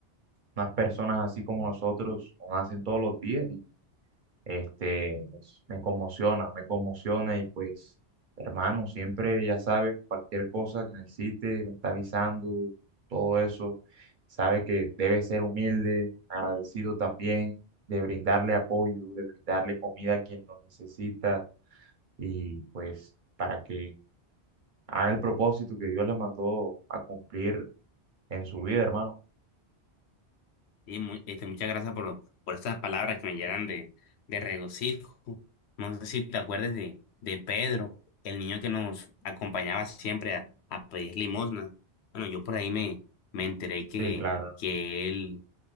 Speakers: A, on the right; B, on the left.
A: unas personas así como nosotros no nacen todos los días este, pues, me conmociona, me conmociona y pues, hermano, siempre ya sabes, cualquier cosa que necesites, me está avisando, todo eso. Sabe que debe ser humilde, agradecido también, de brindarle apoyo, de brindarle comida a quien lo necesita y pues para que haga el propósito que Dios le mandó a cumplir en su vida, hermano.
B: Y mu- este, muchas gracias por, por estas palabras que me llenan de, de regocijo. No sé si te acuerdas de, de Pedro, el niño que nos acompañaba siempre a, a pedir limosna. Bueno, yo por ahí me, me enteré que,
A: Sí, claro.
B: que él